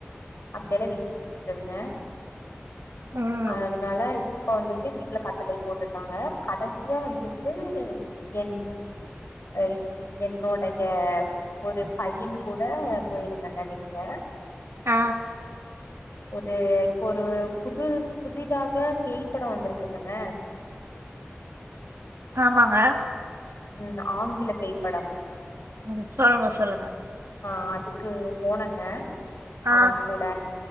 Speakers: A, on the left; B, on the right.
A: அப்டி எல்லாம வெளிய சுத்திட்டு இருந்த
B: ம்
A: அதுனாலை இப்ப வந்துட்டு வீட்ல கட்டளை போட்டுட்டாங்க கடைசியா வந்துட்டு என் ஐ என்னோடைய ஒரு பைய கூட போயி இருந்தங்க வெளிய
B: ஆ
A: ஒரு இப்ப ஒரு புது புதிதாக பேய்ப்படம் வந்துருக்குல்லங்க
B: ஆமாங்க
A: ம் ஆங்கில பேய்ப்படம்
B: ம் சொல்லுங்க சொல்லுங்க
A: ஆ அதுக்கு போனங்க
B: ஆ
A: அவன் கூட